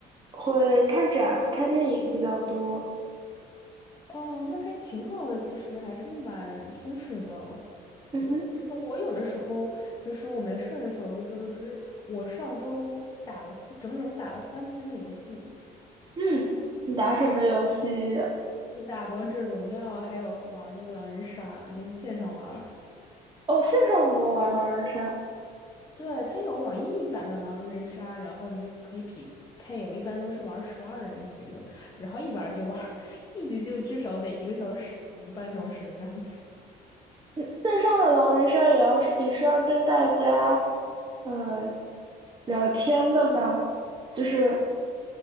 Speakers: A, on the right (about 25°); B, on the left (about 20°).
A: 会看展、看电影比较多。
B: 哦，那还挺好的，其实还是蛮充实的。
A: 嗯哼，
B: 呃，就是我有的时候，就是我没事儿的时候，就周六周日，我上周打了三整整打了三天的游戏。
A: 嗯，你打什么游戏？
B: 是，就打王者荣耀，还有玩儿那个狼人杀，就是线上玩儿
A: 哦，线上怎么玩狼人杀？
B: 对，它有网易版的狼人杀，然后你就可以匹配。我一般都是玩十二人局的，然后一玩儿就玩儿 <laughs> 一局就至少得一个小时、一个半小时这样子。
A: 嗯线上的狼人杀也要是也是要跟大家，呃，聊天的吗？就是